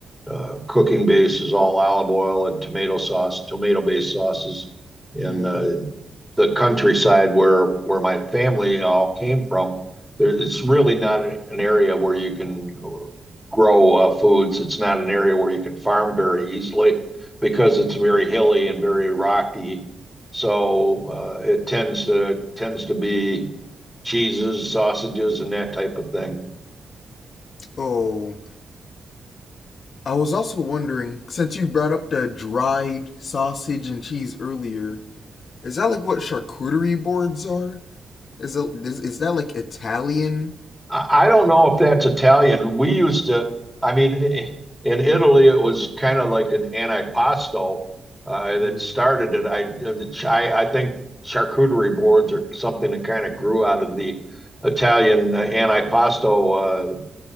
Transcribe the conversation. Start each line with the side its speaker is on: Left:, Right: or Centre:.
Centre: uh, cooking base is all olive oil and tomato sauce, tomato based sauces, and
Left: Mm.
Centre: uh, the countryside where where my family all came from, there, it's really not an area where you can grow uh, foods. It's not an area where you can farm very easily because it's very hilly and very rocky. So uh, it tends to tends to be cheeses, sausages, and that type of thing.
Left: Oh, I was also wondering, since you brought up the dried sausage and cheese earlier, is that like what charcuterie boards are? Is it is, is that like Italian?
Centre: I I don't know if that's Italian. We used to, I mean, i- in Italy, it was kind of like an antipasto uh, that
Left: Mm.
Centre: started it. I, uh, the, ch- I, I think charcuterie boards are something that kind of grew out of the Italian uh, antipasto